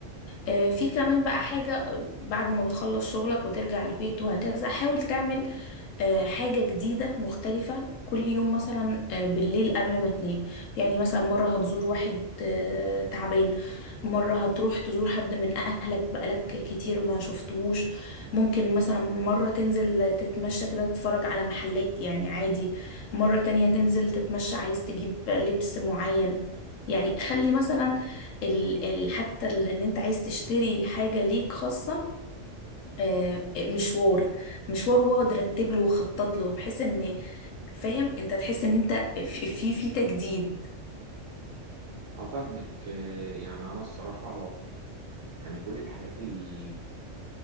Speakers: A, on the left (about 85°); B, on the right (about 80°).
A: آه، في كمان بقى حاجة آه، بعد ما بتخلص شغلك وترجع البيت وهكذا حاول تعمل آه، حاجة جديدة مختلفة كل يوم مثلا آه، بالليل قبل ما تنام يعني مثلا مرة هتزور واحد آه، تعبان مرة هتروح تزور حد من أهلك بقالك كتير ما شفتهوش ممكن مثلا مرة تنزل تتمشى كده تتفرج على محلات يعني عادي مرة تانية تنزل تتمشى عايز تجيب لبس معين يعني خلي مثلا ال ال حتى ال- ان انت عايز تشتري حاجة ليك خاصة آه، مشوار مشوار واقعد رتب له وخطط له بحيث ان فاهم انت تحس ان انت في في, في تجديد
B: اه فاهمك آه، يعني انا الصراحه يعني كل الحاجات ال-